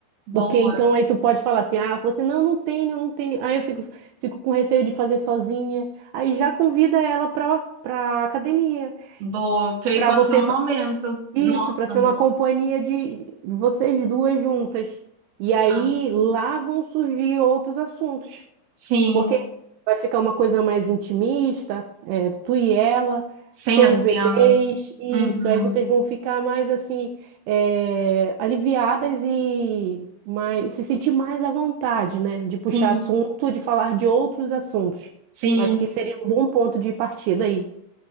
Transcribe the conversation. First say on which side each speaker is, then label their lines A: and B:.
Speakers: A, on the right; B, on the right.
A: boa,
B: Porque então aí tu pode falar assim, ah, ela falou assim, não, não tenho, não tenho. Aí eu fico, fico com receio de fazer sozinha. Aí já convida ela pra, pra academia,
A: boa. Porque aí
B: pra
A: pode
B: você,
A: ser um
B: fa-
A: momento. Nossa,
B: isso, pra ser uma
A: né?
B: companhia de vocês duas juntas. E aí
A: Ah,
B: lá vão surgir outros assuntos.
A: sim,
B: Porque vai ficar uma coisa mais intimista, é, tu e ela,
A: sem
B: sem
A: as
B: os
A: crianças.
B: bebês, isso.
A: Uhum.
B: Aí vocês vão ficar mais assim, é, aliviadas e mais, se sentir mais à vontade, né? De puxar
A: Sim,
B: assunto, de falar de outros assuntos.
A: sim.
B: Acho que seria um bom ponto de partida aí.